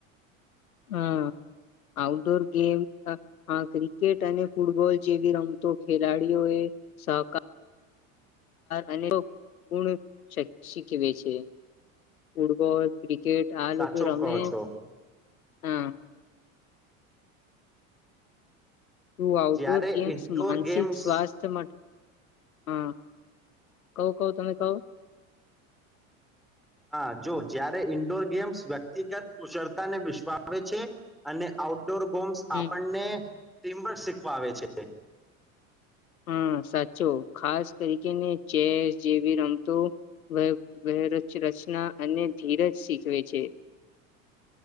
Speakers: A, on the left; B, in the centre.
A: હા આઉટડોર ગેમ હા ક્રિકેટ અને ફૂટબોલ જેવી રમતો ખેલાડીઓ એ સહકાર અને ગુણ શી શીખવે છે ફૂટબોલ ક્રિકેટ કેટ આ
B: સાચો
A: લોકો રમે
B: કહો છો
A: હા તું આઉટડોર
B: જ્યારે
A: ગેમ્સ
B: ઇન્ડોર
A: માનસિક
B: ગેમ્સ
A: સ્વાસ્થ્ય માટે હા કવ કવ તમે કવ
B: હા. જો જયારે ઈન્ડોર ગેમ્સ વ્યક્તિગત કુશળતા ને વિશવાવે છે અને આઉટ ડોર ગોમ્સ
A: હમ્મ
B: આપણને ટીમ પણ શીખવા આવે છે.
A: હા. સાચો ખાસ કરીકેને ચેસ જેવી રમતો વ વચરચના અને ધીરજ શીખવે છે.